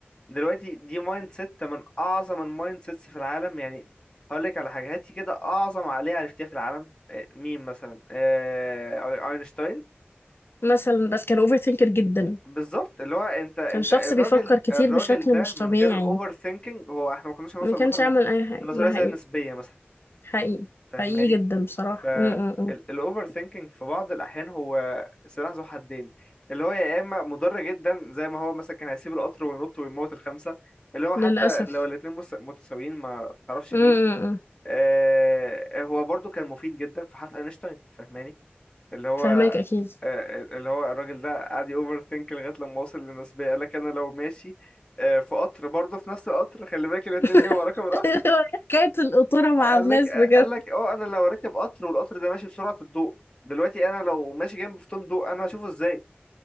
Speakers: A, on the left; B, on the left.
A: دلوقتي دي مايند سيت من اعظم المايند سيتس في العالم يعني هقول لك على حاجه هاتي كده اعظم عقليه عرفتيها في العالم آه، مين مثلا آه، اينشتاين
B: مثلا بس كان اوفر ثينكر جدا
A: بالظبط اللي هو انت انت
B: كان شخص
A: الراجل
B: بيفكر كتير
A: الراجل
B: بشكل
A: ده
B: مش
A: من
B: طبيعي
A: غير الاوفر ثينكينج هو احنا ما كناش هنوصل
B: ما كانش
A: مثلا
B: يعمل اي حاجه
A: لنظريه
B: ده حقيقي
A: زي النسبيه مثلا
B: حقيقي
A: فاهماني
B: حقيقي جدا بصراحه
A: فالاوفر
B: م -م -م.
A: ثينكينج في بعض الاحيان هو سلاح ذو حدين اللي هو يا اما مضر جدا زي ما هو مثلا كان هيسيب القطر وينط ويموت الخمسه اللي هو
B: للاسف
A: حتى لو الاتنين مس- متساويين ما تعرفش
B: م
A: مين
B: -م -م.
A: آه هو برضو كان مفيد جدا في حرف اينشتاين فاهماني اللي هو
B: فهماك اكيد
A: آه اللي هو الراجل ده قعد اوفر ثينك لغايه لما وصل للنسبيه قال لك انا لو ماشي آه في قطر برضو في نفس القطر خلي بالك الاتنين
B: <laughs>
A: ليهم رقم
B: هو حكاية القطورة مع
A: قال
B: الناس
A: لك
B: بجد
A: قال لك اه انا لو راكب قطر والقطر ده ماشي بسرعة الضوء دلوقتي انا لو ماشي جنب فوتون ضوء انا هشوفه ازاي